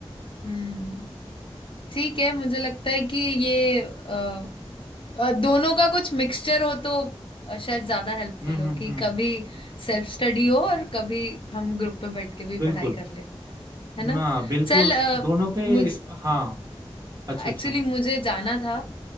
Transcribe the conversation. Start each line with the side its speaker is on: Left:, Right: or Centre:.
Left: हम्म ठीक है मुझे लगता है कि ये अ, अ, दोनों का कुछ मिक्सचर हो तो अ, शायद ज्यादा हेल्पफुल
Right: हम्म
Left: हो
Right: हम्म
Left: कि
Right: हम्म
Left: कभी सेल्फ स्टडी हो और कभी हम ग्रुप पे बैठ के भी
Right: बिल्कुल
Left: पढ़ाई कर ले है ना
Right: ना बिल्कुल
Left: चल अ,
Right: दोनों पे
Left: मुझ
Right: हाँ अच्छा
Left: एक्चुअली
Right: अच्छा
Left: मुझे जाना था